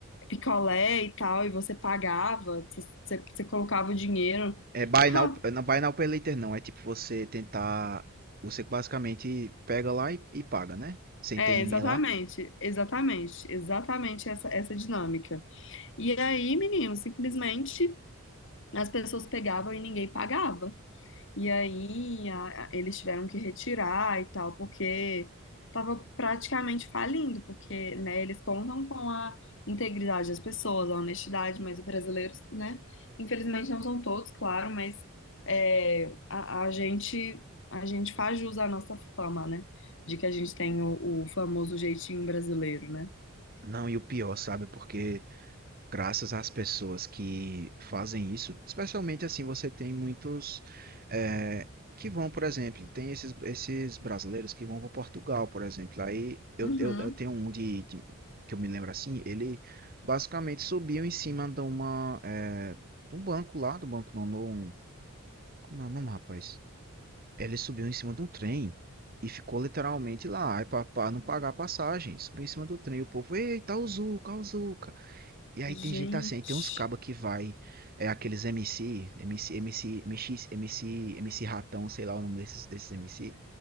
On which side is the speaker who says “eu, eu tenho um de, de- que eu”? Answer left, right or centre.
Right